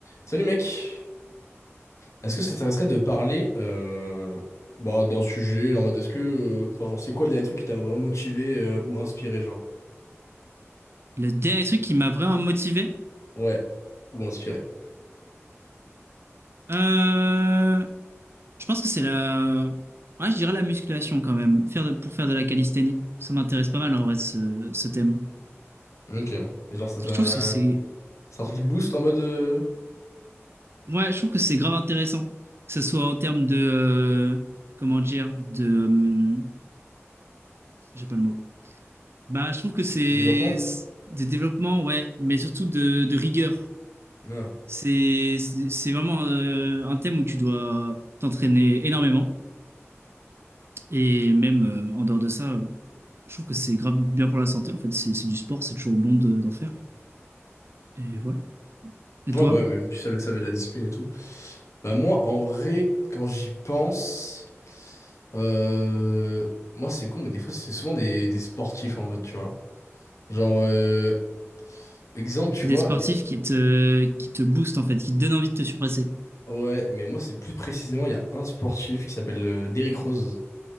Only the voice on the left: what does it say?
Salut mec, est-ce que ça t'intéresserait de parler euh, bah, d'un sujet en mode est-ce que euh, enfin genre c'est quoi le dernier truc qui t'a vraiment motivé euh, ou inspiré genre?
Ouais, ou inspiré.
Ok. Et genre ça t'a
c'est un truc qui te booste en mode euh,
développement?
Non.
Ouais
bah ouais, même puis ça met, ça met de la discipline et tout. Bah moi en vrai quand j'y pense euh, moi c'est con mais des fois c'est souvent des, des sportifs en mode tu vois. Genre euh, exemple tu
vois
Ouais, mais moi, c'est plus précisément, il y a un sportif qui s'appelle euh, Derrick Rose.